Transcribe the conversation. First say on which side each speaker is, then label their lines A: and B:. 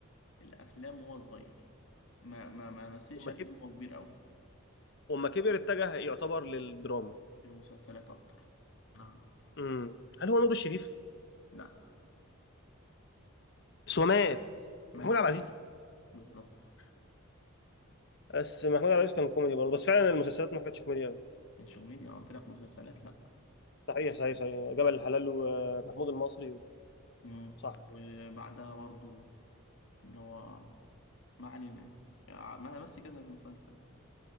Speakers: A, on the left (about 65°); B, on the left (about 50°).
A: الأفلام وهو صغير ما ما ما مثلش
B: وما
A: أفلام
B: كبر
A: وهو كبير أوي
B: وما كبر اتجه يعتبر للدراما
A: المسلسلات أكتر نعم
B: امم هل هو نور الشريف
A: لا
B: بس هو مات
A: ما
B: محمود عبد العزيز
A: بالظبط
B: بس محمود عبد العزيز كان كوميدي برضه بس فعلا المسلسلات ما كانتش كوميدي قوي
A: من شغمين أنا قلت لك مسلسلات لا
B: صحيح صحيح صحيح جبل الحلال ومحمود المصري
A: مم.
B: صح
A: وبعدها برضو اللي هو ما علينا يعني ما- بس كذا مسلسل